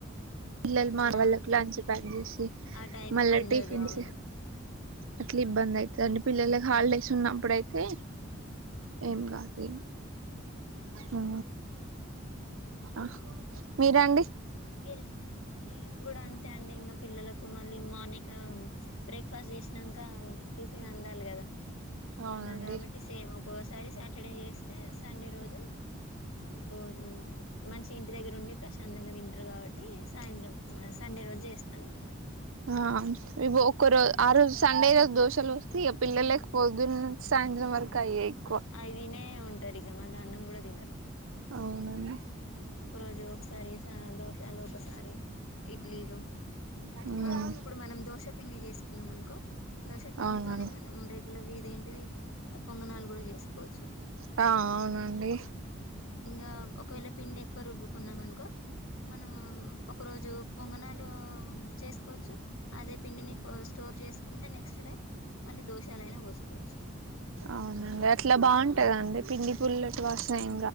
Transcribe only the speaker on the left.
ఆ
ఆ టైం
కి అందదు
అవును
ఉమ్
ఇంకా అండి
మీరు నేను గూడా అంతే అండి ఇంగ పిల్లలకు మళ్ళీ మార్నింగ్ బ్రేక్ఫాస్ట్ చేసినంక టిఫిన్ వండాలి గదా!
అందరు కాబట్టి సేమ్ ఒక్కోసారి సాటర్డే చేస్తే, సండే రోజు ఆ <unintelligible> మంచి ఇంటి దగ్గరండి ప్రశాంతంగా తింటరు, కాబట్టి సాయంత్రం సండే రోజు చేస్తా అనమాట.
అయి తినే ఉంటరు ఇగ మళ్ళా అన్నం కూడా తినరు.
మ్మ్మ్మ్ ఒక రోజు ఒకసారి దోశలు, ఒకసారి ఇడ్లీలు.
ఆ ఇంకిప్పుడు మనం దోశపిండి చేసుకున్నామనుకో! దోశ పిండితోనే
మనం రెగ్యులర్గా ఇదేంటిది పొంగణాలు గూడ చేసుకోవచ్చు.
ఉమ్ ఇంకా ఒకవేళ పిండెక్కువ రుబ్బుకున్నామనుకో! మనం ఒక రోజు పొంగనాలు చేసుకోవచ్చు, అదే పిండిని కో స్టోర్ చేసుకుంటే నెక్స్ట్ డే మళ్ళీ దోషాలైనా పోసుకోవచ్చు